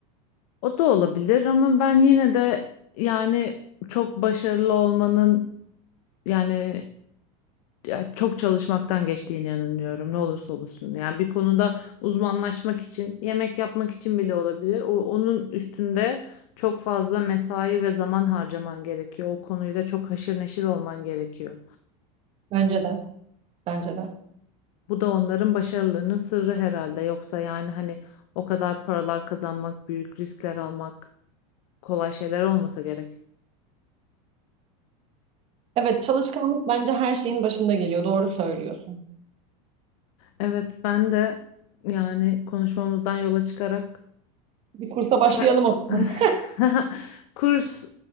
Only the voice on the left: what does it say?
O da olabilir ama ben yine de yani çok başarılı olmanın yani ya çok çalışmaktan geçtiğine inanıyorum ne olursa olsun. Yani bir konuda uzmanlaşmak için, yemek yapmak için bile olabilir. O onun üstünde çok fazla mesai ve zaman harcaman gerekiyor. O konuyla çok haşır neşir olman gerekiyor.
Bu da onların başarılarının sırrı herhalde. Yoksa yani hani o kadar paralar kazanmak, büyük riskler almak kolay şeyler olmasa gerek.
Evet, ben de yani konuşmamızdan yola çıkarak
ke-
<laughs> kurs